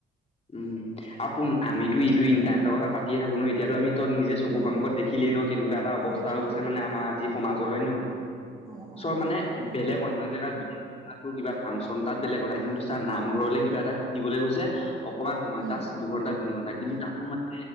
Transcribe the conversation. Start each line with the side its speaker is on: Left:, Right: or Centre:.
Left: উম' আৰু শুন, আমিতো এইটো ইন্টাৰনেটৰ কথা পাতিয়ে থাকো নো এতিয়াতো আমি তত নিজে- চকু
Right: উম
Left: সন্মুখত দেখিলেইে ন, কেনেকুৱাএটা অৱস্থা
Right: দেখিলোৱে
Left: হৈ গৈছে
Right: দেখিলোৱে
Left: মানে আমাৰ আজি সমাজত হয় নে নহয়?
Right: অ উম
Left: চৰ মানে বেলেগ অন্য জেগাত- তাটো কিবা ফাংচন তাত বেলেগ কথা, কিন্তু চা নাম ঘৰলে কিবা এটা শিকিবলে গৈছে- অকমান সময়
Right: উম
Left: জাষ্ট দুঘণ্টা তিনি ঘণ্টা কিন্তু তাতো মানে